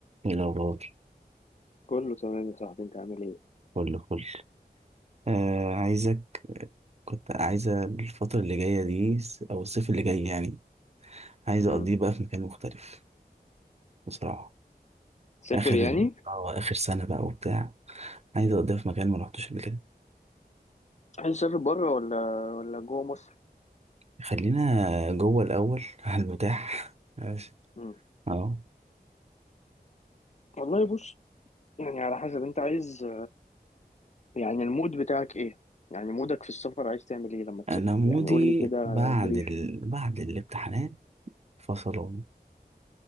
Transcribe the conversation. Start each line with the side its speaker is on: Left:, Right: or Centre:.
Right: ايه الأخبار؟
Left: كله تمام يا صاحبي انت عامل ايه
Right: فل فل آه عايزك كنت عايزة الفترة اللي جاية دي س- أو الصيف اللي جاي يعني عايزة
Left: مم.
Right: أقضيه بقى في مكان مختلف بصراحة
Left: تسافر
Right: آخر
Left: يعني
Right: ال- اه آخر سنة بقى وبتاع عايزة أقضيها في مكان ما رحتوش قبل كده
Left: عايز تسافر بره ولا ولا جوه مصر
Right: خلينا جوه الأول <laughs> على المتاح ماشي
Left: مم.
Right: اه
Left: والله بص يعني على حسب انت عايز يعني المود بتاعك ايه يعني مودك في السفر عايز تعمل ايه لما تسافر
Right: أنا مودي
Left: يعني قول لي كده
Right: بعد
Left: بريف
Right: ال... بعد الامتحانات فصلان